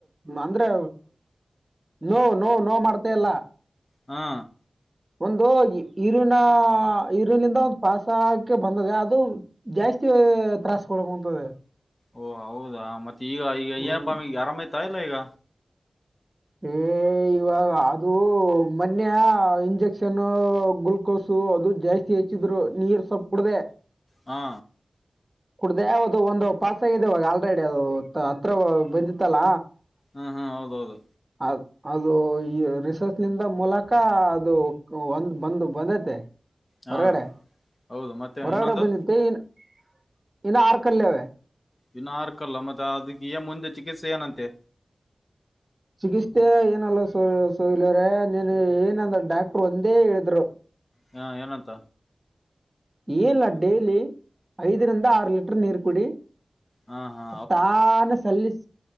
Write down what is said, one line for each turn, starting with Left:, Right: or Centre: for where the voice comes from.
Right: ಅಂದ್ರೆ ನೋವ್ ನೋವ್ ನೋವ ಮಾಡ್ತಾ ಇಲ್ಲ
Left: ಹಾ.
Right: ಒಂದು ಯ್ಯೂರಿನ ಯ್ಯೂರಿನಿಂದ ಒಂದು ಪಾಸಕ್ಕೆ ಬಂದಿದೆ ಅದು ಜಾಸ್ ತ್ರಾಸ ಕೊಡಂತದೆ
Left: ಓ ಹೌದಾ ಮತ್ತೆ ಈಗ ಈಗ
Right: ಹ್ಮ್.
Left: ಏನಪ್ಪ ಆರಾಮೈ್ತಾ ಇಲ್ಲ ಈಗ.
Right: ಏ ಇವಾಗ ಅದು ಮೊನ್ನೆ ಇಂಜೆಕ್ಷನ್ ಗ್ಲುೂಕೋಸು ಅದು ಜಾಸ್ತಿ ಹೆಚ್ಚಿದ್ರು ನೀರ್ ಸೊಪ್ಪ್ ಕುಡ್ದೆ
Left: ಹಾ.
Right: ಕುಡ್ದ್ಯಾ ಅದು ಒಂದು ಪಾಸ್ ಆಗಿದೆ ಇವಾಗ ಆಲ್ರೆಡಿ ಅದು ಹತ್ರ ಬಂದಿತ್ತಲ್ಲ
Left: ಹಾ ಹಾ ಹೌದೌದು
Right: ಅ ಅದು ಈ ರಿಸರ್ಚ್ ನಿಂದ ಮೂಲಕ ಅದು ಒಂದು ಬಂದು ಬಂದೈತೆ.
Left: ಹಾ
Right: ಹೊರಗಡೆ
Left: ಹೌದು ಮತ್ತೆ
Right: ಹೊರಗಡೆ
Left: ಇನ್ನೊಂದು
Right: ಬಂದಿತ್ತೇನ್ ಆರ್ ಕಲ್ಲೇ
Left: ಇನ್ನ ಆರ್ಕಲ್ಲ ಮತ್ತೆ ಅದಕ್ಕೆ ಏ ಮುಂದೆ ಚಿಕಿತ್ಸೆ ಏನಂತೆ.
Right: ಚಿಕಿತ್ಸೆ ಏನಲ್ಲ ಸ ಸಲ್ಯರ ನೀನ್ ಏನಂದ್ರ ಡಾಕ್ಟ್ರ ಒಂದೇ ಹೇಳಿದ್ರು.
Left: ಹಾ ಏನಂತ
Right: ಇಲ್ಲ ಡೈಲಿ ಐದರಿಂದ ಆರ್ ಲೀಟರ್ ನೀರು ಕುಡಿ.
Left: ಹಾ ಹಾ
Right: ತಾನೆ ಸಲ್ಲಿಸ್